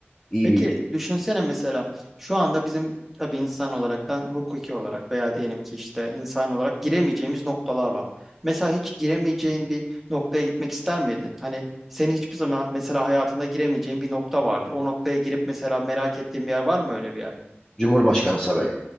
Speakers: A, on the left; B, in the centre.
A: iyi
B: Peki
A: bir
B: düşünsene mesela şu anda bizim tabii insan olaraktan hukuki olarak veya diyelim ki işte insan olarak giremeyeceğimiz noktalar var. Mesela hiç giremeyeceğin bir noktaya gitmek ister miydin? Hani senin hiçbir zaman mesela hayatında giremeyeceğin bir nokta vardır. O noktaya girip mesela merak ettiğin bir yer var mı öyle bir yer?
A: Cumhurbaşkanı sarayı.